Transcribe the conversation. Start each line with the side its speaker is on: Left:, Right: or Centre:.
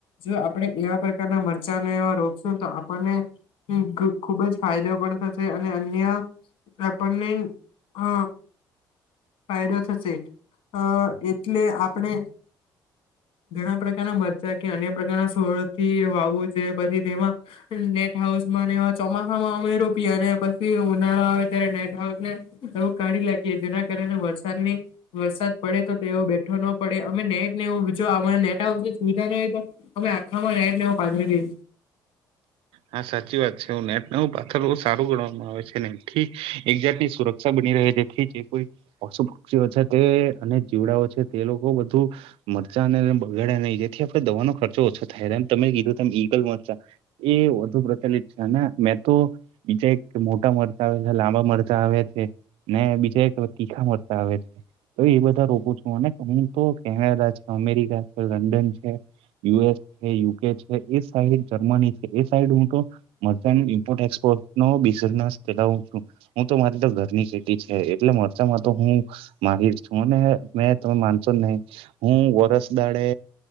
Left: જો આપણે એવા પ્રકારના મરચાંને એ રોપશું તો આપણને <unintelligible> ખુબ જ ફાયદો પણ થશે અને અન્ય આપણને અ ફાયદો થશે અ એટલે આપણે ઘણા પ્રકારના મરચાં કે અન્ય પ્રકારના સોળથી વાવું જે પછી તેમાં નેટ હાઉસ માં ને એ ચોમાસા માં અમે રોપી અને પછી ઉનાળો આવે ત્યારે નેટ હાઉસ ને એવુ કાઢી લાગી જેના કારણે વરસાદની વરસાદ પડે તો તેઓ બેઠો ન પડે અમે નેટ ને એવું જો નેટ હાઉસની સુવિધા ન હોય તો તમે આખામાં નેટ ને એવું પાથરી દઈએ
Right: હા સાચી વાત છે નેટ ને એવુ પાથરવુ સારું ગણવામાં આવે છે નેથી એક્ઝેટલી સુર ક્ષા બની રહે જેથી જે કોઈ પશુ પક્ષીઓ છે તે અને જીવડાઓ છે તે લોકો બધું મરચાં અને એ બગાડે ને જેથી આપણે દવાનો ખર્ચો ઓછો થાય એમ તમે કીધું ત ઈગલ મરચા એ વધુ પ્રચલિત છે અને મેં તો બીજા એક મોટા મરચા આવે છે લાંબા મરચા આવેયા છે ને બીજા એક તીખા મરચાં આવે છે તો એ બધા રોપુ છું અને હું તો કેનેડા છે, અમેરિકા છે, લંડન છે, યુએસ છે, યુકે છે, એ સાઈડ જર્મની છે, એ સાઈડ હું તો મરચા ની ઇમ્પોર્ટ એસપોર્ટ બિઝનેસ ધરાવું છું હું તો મારી તો ઘરની ખેતીછે, એટલે મરચામાં તો હું માહીર છું અને મેં તમે માનશો નહી હું વરસ દાડે